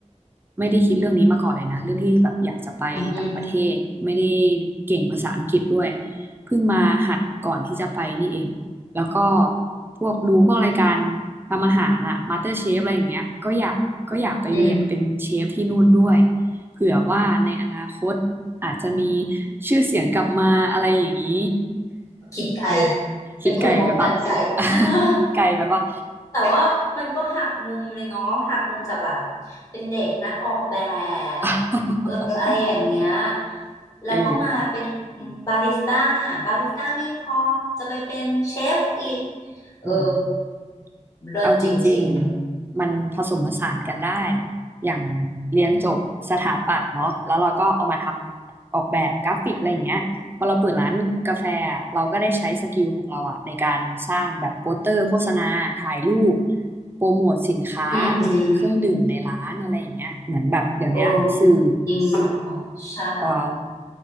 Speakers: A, on the right; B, on the left.
A: ไม่ได้คิดเรื่องนี้มาก่อนเลยนะเรื่องที่แบบอยากจะไปต่างประเทศไม่ได้
B: อืม
A: เก่งภาษาอังกฤษด้วยเพิ่งมาหัดก่อนที่จะไปนี่เองแล้วก็พวกดูพวกรายการทำอาหารอะมาสเตอร์เชฟอะไรอย่างเงี้ยก็อยากก็อยากไปเรียนเป็นเชฟที่นู่นด้วย
B: อืม
A: เผื่อว่าในอนาคตอาจจะมีชื่อเสียงกลับมาอะไรอย่างนี้
B: คิดไกล
A: <laughs> คิดไกลไปปะ
B: เป็นคนมองการไกล <laughs>
A: <laughs> ไกลไปปะ
B: แต่ว่ามันก็หักมุมเลยเนาะหักมุมจากแบบเป็นเด็กนักออกแบบเอออะไรอย่างเงี้ย
A: <laughs>
B: แล้วก็มาเป็น
A: เออ
B: บาริสต้าบาริสต้าไม่พอจะไปเป็นเชฟอีกเออ
A: อืม
B: เลิศจริง
A: เอาจริงๆมันผสมผสานกันได้อย่างเรียนจบสถาปัตย์เนาะแล้วเราก็เอามาทำออกแบบกราฟิกอะไรอย่างเงี้ยพอเราเปิดร้านกาแฟอะเราก็ได้ใช้สกิลของเราอะในการสร้างแบบโปสเตอร์โฆษณาถ่ายรูป
B: อืม
A: โปรโมทสินค้า
B: อืมอืม
A: เครื่องดื่มในร้านอะไรอย่างเงี้ยเหมือนแบบเดี๋ยวเนี้ยสื่อ
B: โอ้มจริงเหรอใช่
A: เอ่อ